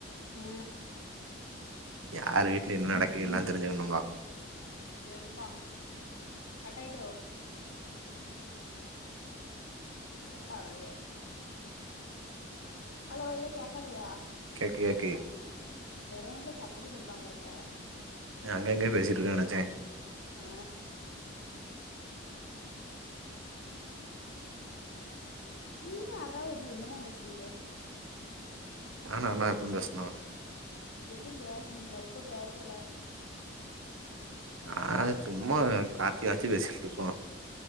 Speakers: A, on the left (about 75°); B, on the right (about 85°).
A: ஆ
B: யார் வீட்ல என்ன நடக்கு எல்லா தெரிஞ்சுக்கணுமா
A: செருத்தா கட்டாயிட்டோ கட்டாவலயே ஹலோ எது கேக்கலயா
B: கேக்கு கேக்கு
A: ஆ பெரகு ஏம்ல சத்தமே குடுக்காம இருந்த
B: நீ அங்க எங்கையோ பேசிட்டுருக்கே நெனச்சே
A: ஆ நீயும் அர்றாவு அப்டி என்னதா பேசுவீங்க
B: நானும் அர்ணாவு எப்ப பேசுனோ
A: எப்ப பேசுனீங்ளா இப்ப பேசல
B: நான் சும்மா கார்த்திகாச்சு பேசிட்டு இருப்போ